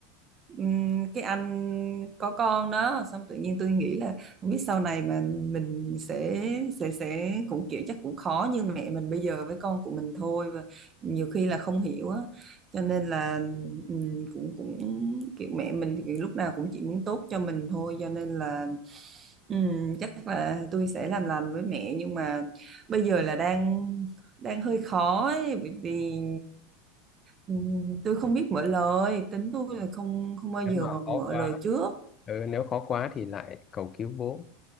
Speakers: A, on the right; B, on the left.
A: ừm, cái anh có con đó xong tự nhiên tôi nghĩ là không biết sau này mà mình sẽ sẽ sẽ cũng kiểu chắc cũng khó như mẹ mình bây giờ với con của mình thôi và nhiều khi là không hiểu á cho nên là ừm, cũng cũng kiểu mẹ mình thì lúc nào cũng chỉ muốn tốt cho mình thôi cho nên là ừm, chắc là tôi sẽ làm lành với mẹ nhưng mà bây giờ là đang đang hơi khó ấy, bởi vì ừ, tôi không biết mở lời tính tôi là không không bao
B: nếu
A: giờ
B: mà
A: mà
B: khó
A: mở
B: quá
A: lời trước
B: ừ, nếu khó quá thì lại cầu cứu bố